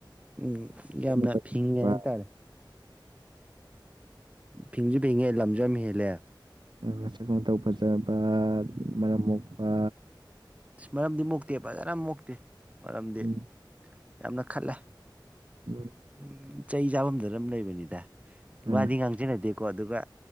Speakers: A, on the right; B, on the right.
A: ꯎꯝ ꯌꯥꯝ ꯌꯥꯝꯅ
B: ꯃꯁꯛ ꯃꯇꯧ ꯐꯖꯕ
A: ꯐꯤꯉꯦꯇꯥꯔ ꯐꯤꯡꯁꯨ ꯐꯤꯡꯉꯦ ꯂꯝꯖꯝ ꯍꯦꯜꯂꯦ
B: ꯃꯁꯛ ꯃꯇꯧ ꯐꯖꯕ ꯃꯔꯝ ꯃꯣꯛꯄ
A: ꯏꯁ ꯃꯔꯝꯗꯤ ꯃꯣꯛꯛꯇꯦ ꯐꯖꯅ ꯃꯣꯛꯇꯦ ꯃꯔꯝꯗꯤ
B: ꯎꯝ
A: ꯌꯥꯝꯅ ꯈꯜꯂꯦ
B: ꯎꯝ
A: ꯎꯝ ꯆꯩ ꯆꯥꯐꯝꯗꯅꯝ ꯂꯩꯕꯅꯤꯗ ꯉꯗꯤ
B: ꯑꯥ
A: ꯉꯥꯡꯖꯟꯅꯗꯦꯀꯣ ꯑꯗꯨꯒ